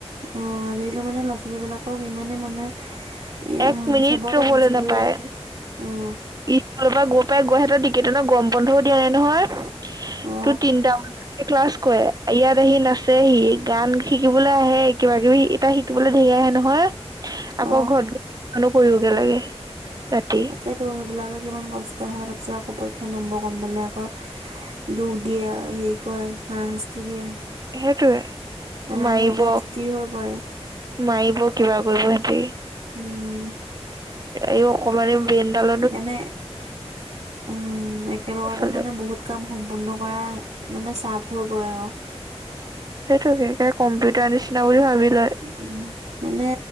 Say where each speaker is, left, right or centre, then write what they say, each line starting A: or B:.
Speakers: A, on the right (about 85°); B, on the right (about 35°).
A: অ আজিকালি মানে ল'ৰা ছোৱালী বিলাকক ইমানে মানে। এ
B: এক মিনিট
A: চবতে
B: ৰবলে
A: বিজি
B: নেপায়।
A: কৰি ৰাখে উম
B: স্কুললৰ পৰা গৈ পাই গৈহতৰ টিকেটনৰ গৰম বন্ধও দিয়া নাই নহয়
A: অ
B: তোৰ তিনটা বজালৈকে ক্লাছ কৰে। ইয়াত আহি নাচেহি গান শিকিবলৈ আহে কিবা কিবি তাই শিকিবলৈ ধেৰি আহে নহয়।
A: অ
B: আকৌ ঘৰত গৈ টিউচনো কৰিবগে লাগে ৰাতিকে
A: সেইটো সেইবিলাকে কিমান কষ্ট হয় তাৰ পিছত আকৌ পৰীক্ষাত নম্বৰ কম পালে আকৌ। দুখ দিয়ে হেৰি কয় হাছ শাস্তি দিয়ে
B: সেইটোৱে
A: মানে
B: মাৰিব
A: সিহঁতে অস্থিৰ হৈ পৰে
B: মাৰিব কিবা কৰিব সিহঁতি।
A: উম।
B: এই অকমানি ব্ৰেইনদাল।
A: সেইকাৰণে উম একেলগতে
B: আচলতে
A: মানে বহুত। কাম সম্পূৰ্ণ কৰা মানে চাফ হৈ গৈ আও
B: সেইটোকে কম্পিউটাৰ নিচিনা বুলি ভাবি লয়।
A: উম মানে